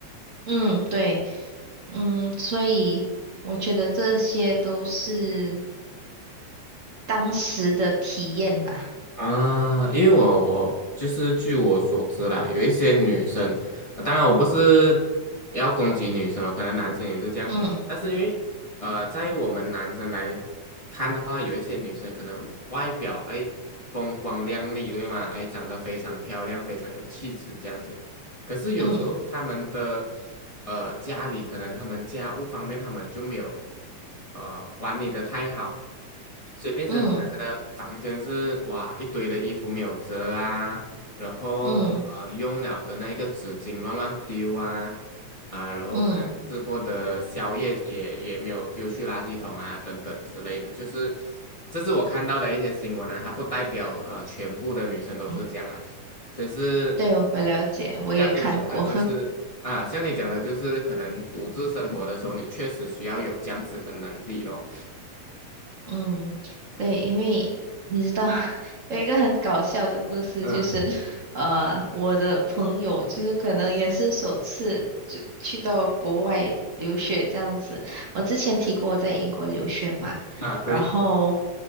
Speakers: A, on the right; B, on the left.
A: 嗯，对，嗯，所以我觉得这些都是当时的体验啦。
B: 啊，因为我我就是据我所知啦，有一些女生，呃当然我不是要攻击女生哦，可能男生也是这样，
A: 嗯
B: 但是因为呃，在于我们男生来看的话，有一些女生可能外表哎风光亮丽，对吗？哎，长得非常漂亮，非常有气质这样子，可是有时候他们的
A: 嗯
B: 呃家里可能他们家务方面他们就没有呃管理的太好，所以变成可能他的房间是哇一堆的衣服没有折啊，
A: 嗯
B: 然后呃用了的那个纸巾乱乱丢啊，
A: 嗯
B: 啊、然后可能吃过的宵夜也也没有丢去垃圾桶啊等等之类的，
A: 嗯
B: 就是这是我看到的一些新闻啊，它不代表呃全部的女生都是这样啊。
A: 嗯，
B: 只是
A: 对，我了解，我也看过。
B: 像你讲的，就是啊，像你讲的，就是可能独自生活的时候，你确实需要有这样子的能力咯。
A: 嗯，对，因为你知道 <laughs> 有一个很搞笑的故事，
B: 嗯，
A: 就是呃，我的朋友就是可能也是首次就去到国外留学这样子。我之前提过我在英国留学嘛，
B: 啊，对，
A: 然后